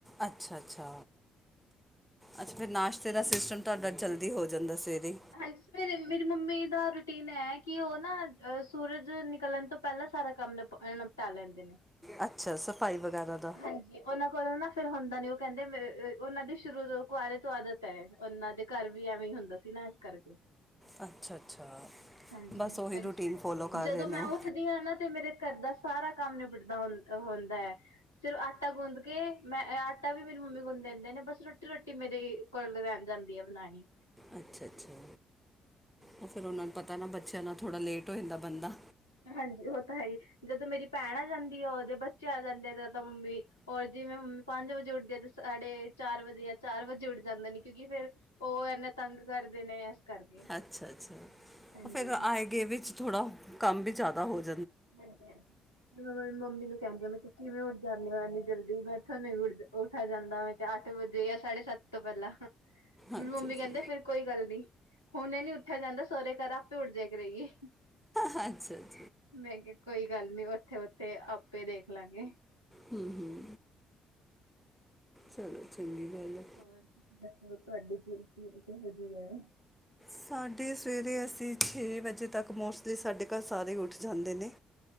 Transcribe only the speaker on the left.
ਹਾਂਜੀ, ਫੇਰ ਮੇਰੀ ਮੰਮੀ ਦਾ ਰੂਟੀਨ ਐ ਕਿ ਉਹ ਨਾ ਸੂਰਜ ਨਿਕਲਣ ਤੋਂ ਪਹਿਲਾਂ ਸਾਰਾ ਕੰਮ ਐਂ ਨਿਪਟਾ ਲੈਂਦੇ ਨੇ।
ਹਾਂਜੀ ਉਹਨਾਂ ਕੋਲੋਂ ਨਾ ਫੇਰ ਹੁੰਦਾ ਨੀ ਉਹ ਕਹਿੰਦੇ ਉਹਨਾਂ ਦੀ ਸ਼ੁਰੂ ਤੋਂ ਕੁਆਰੇ ਤੋਂ ਆਦਤ ਐ। ਉਹਨਾਂ ਦੇ ਘਰ ਵੀ ਐਵੇਂ ਹੀ ਹੁੰਦਾ ਸੀ ਨਾ ਇਸ ਕਰਕੇ
ਹਾਂਜੀ
ਫਿਰ
ਜਦੋਂ
ਮੈਂ
ਉੱਠ ਦੀ ਆ ਨਾ ਤੇ ਮੇਰੇ ਘਰ ਦਾ ਸਾਰਾ ਕੰਮ ਨਿਬੜਦਾ ਹੂ ਹੁੰਦਾ ਐ। ਸਿਰਫ਼ ਆਟਾ ਗੁੰਦ ਕੇ ਮੈਂ ਆਟਾ ਵੀ ਮੇਰੀ ਮੰਮੀ ਗੁੰਦ ਦਿੰਦੇ ਨੇ ਬਸ ਰੋਟੀ ਰੋਟੀ ਮੇਰੀ ਕੋਲ ਰਹਿ ਜਾਂਦੀ ਆ ਬਣਾਣੀ।
ਹਾਂਜੀ ਉਹ ਤਾਂ ਹੈਈ ਜਦੋਂ ਮੇਰੀ ਭੈਣ ਆ ਜਾਂਦੀ ਆ ਉਹਦੇ ਬੱਚੇ ਆ ਜਾਂਦੇ ਆ ਜ ਤਾਂ ਮੰਮੀ ਔਰ ਜੇ ਮੈਂ ਮੰਮੀ ਪੰਜ ਵਜੇ ਉੱਠਦੀ ਆ ਤੇ ਸਾਡੇ ਚਾਰ ਵਜੇ ਜਾਂ ਚਾਰ ਵਜੇ ਉੱਠ ਜਾਂਦੇ ਨੇ ਕਿਉਂਕਿ ਫੇਰ ਉਹ ਇੰਨਾ ਤੰਗ ਕਰਦੇ ਨੇ। ਕਰਕੇ
ਹਾਂਜੀ
ਹਾਂਜੀ ਹਾਂਜੀ, ਮੰਮੀ ਨੂੰ ਕਹਿੰਦੀ ਮੈਂ ਕਿਵੇਂ ਉੱਠ ਜਾਣੇ ਓ ਐਨੀ ਜਲਦੀ ਮੈਥੋ ਨੀ ਉੱਠ ਉੱਠਾ ਜਾਂਦਾ ਮੈਂ ਕਿਹਾ ਅੱਠ ਵਜੇ ਜਾਂ ਸਾਢੇ ਸੱਤ ਤੋਂ ਪਹਿਲਾਂ ਮੈਨੂੰ
ਮੰਮੀ
ਕਹਿੰਦੇ ਫੇਰ ਕੋਈ ਗੱਲ ਨੀ। ਹੁਣੇ ਨੀ ਉੱਠਿਆ ਜਾਂਦਾ ਸਹੁਰੇ ਘਰ ਆਪੇ ਉੱਠ ਜਿਆ ਕਰੇਗੀ।
ਮੈਂ ਕਿਹਾ ਕੋਈ ਗੱਲ ਨੀ ਉੱਥੇ ਉੱਥੇ ਆਪੇ ਦੇਖ ਲਾਂਗੇ।
ਹੋਰ ਤੁਸੀਂ ਦੱਸੋ ਤੁਹਾਡੀ ਕੀ ਕੀ ਕਿਹੋ ਜਿਹੀ ਹੈ?